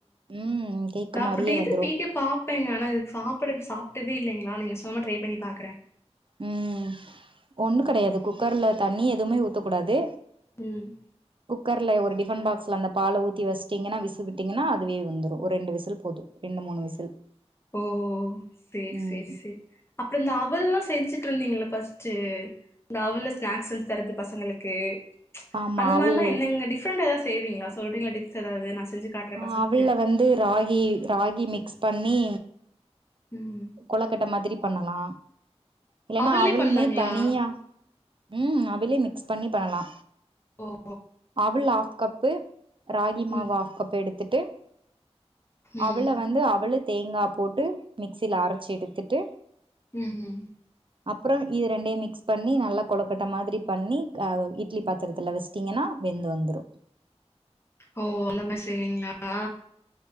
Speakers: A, on the right; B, on the left.
A: ம் கேக்கு
B: நா
A: மாரியே
B: அப்டி எது
A: வந்துரு
B: வீடியோ பாப்பேங்க ஆனா இதுக்கு சாப்பிட சாப்ட்டதே இல்லைங்களா நீங்க சொன்ன மார ட்ரை பண்ணி பாக்குறே
A: ம் ஒண்ணு
B: ம்
A: கெடையாது குக்கர்ல தண்ணி எதுமே ஊத்தக் கூடாது
B: ம்
A: குக்கர் ல ஒரு டிபன் பாக்ஸ்ல அந்த பால ஊத்தி வெச்டீங்கனா விசில் விட்டீங்கானா அதுவே வெந்துரு ஒரு ரெண்டு விசில் போது ரெண்டு மூணு விசில்
B: ஓ சேர்
A: ம்
B: சேர் சேர் அப்றோ இந்த அவல்லா செஞ்சுட்டு இருந்தீங்கல்ல ஃபஸ்ட்டு இந்த அவுள்ல ஸ்நாக்ஸ் செஞ்சு தரது பசங்களுக்கு
A: ஆமா
B: அந்த
A: அவள்
B: மாரிலா என்னென்ன டிப்ரண்ட்டா எதாத் செய்வீங்ளா சொல்றீங்ளா டிப்ஸ் எதாவ்து நா செஞ்சு காட்றே
A: ஆ
B: பசங்களுக்கு
A: அவுல்ல வந்து ராகி ராகி மிக்ஸ் பண்ணி
B: ம்
A: கொழக்கட்ட மாத்ரி பண்ணலா இல்லைன்னா
B: அவல்லே
A: அவல்மே
B: பண்லாங்களா
A: தனியா ம் அவுலே மிக்ஸ் பண்ணி பண்ணலா
B: ஓ
A: அவுல் ஆஃப் கப்பு ராகி மாவு
B: ம்
A: ஆஃப் கப்பு எடுத்துட்டு
B: ம்
A: அவுல வந்து அவுலு தேங்கா போட்டு மிக்ஸியில அரச்சு எடுத்துட்டு
B: ம் ம்
A: அப்றோ இது ரெண்டையு மிக்ஸ் பண்ணி நல்லா கொழக்கட்ட மாத்ரி பண்ணி அ இட்லி பாத்திரத்தில வெச் சிடிங்கன்னா வெந்து வந்துரு
B: ஓ அந்தமாரி செய்வீங்களா